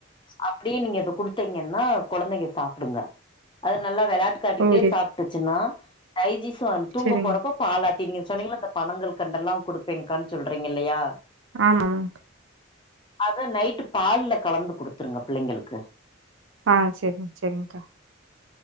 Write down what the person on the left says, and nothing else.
அப்டி நீங்க அத குடுத்தீங்கனா கொழந்தைங்க சாப்டுங்க அது நல்லா விளாட்டு காட்டிட்டே
சாப்ட்டுச்சுனா டைஜிசன் தூங்க
போறப்ப பாலாத்தி நீங்க சொன்னீங்கல இந்த பணங்கல்கண்டல்லா குடுபேங்க்கான்னு சொல்றீங்ல்லையா
அது நைட் பால்ல கலந்து குடுத்துருங்க பிள்ளங்களுக்கு